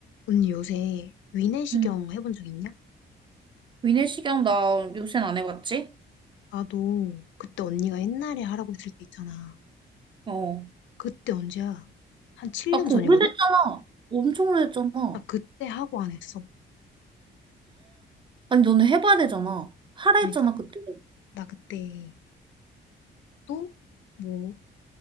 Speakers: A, on the left; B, on the right.
A: 언니 요새 위내시경
B: 응.
A: 해본 적 있냐?
B: 위내시경 나 요새는 안 해봤지?
A: 나도 그때 언니가 옛날에 하라고 했을 때 있잖아.
B: 어.
A: 그때 언제야? 한 7년
B: 아, 그거
A: 전이거든?
B: 오래됐잖아. 엄청 오래됐잖아.
A: 나 그때 하고 안 했어.
B: 아니, 너는 해봐야 되잖아. 하라
A: 그러니까
B: 했잖아, 그때.
A: 나 그때 또 뭐